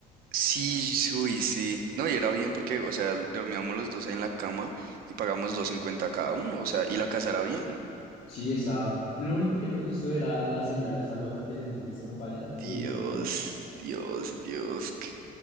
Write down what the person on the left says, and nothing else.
Sí, estaba, lo único que no me gustó era la señora esa loca que teníamos de compañera.
Uy, no.